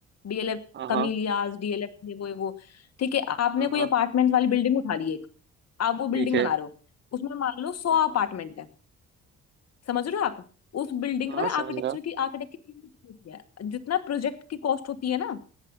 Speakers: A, on the left (about 55°); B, on the right (about 40°).
A: डीएलएफ
B: हाँ
A: कमीलियाज
B: हाँ
A: डीएलएफ ये वो ये वो ठीक है आपने
B: हाँ
A: कोई
B: हाँ
A: अपार्टमेंट वाली बिल्डिंग उठा ली एक आप वो बिल्डिंग
B: ठीक है
A: बना रहे हो उसमें मान लो सौ
B: हाँ हाँ
A: अपार्टमेंट है समझ रहे हो आप उस बिल्डिंग
B: हाँ
A: का
B: समझ
A: आर्किटेक्चर
B: रहा
A: की आर्किटेक्ट की फीस कितनी होती है जितना प्रोजेक्ट की कॉस्ट होती है ना